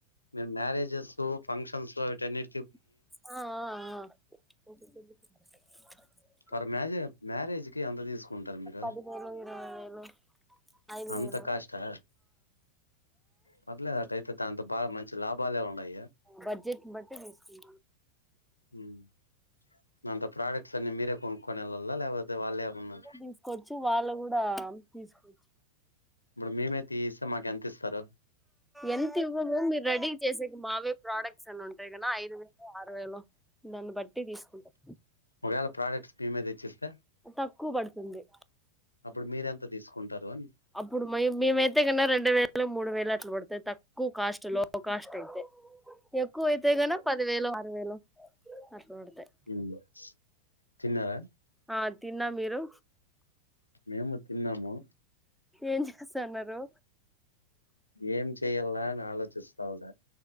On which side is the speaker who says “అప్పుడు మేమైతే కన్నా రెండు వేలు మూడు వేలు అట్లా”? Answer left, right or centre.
Centre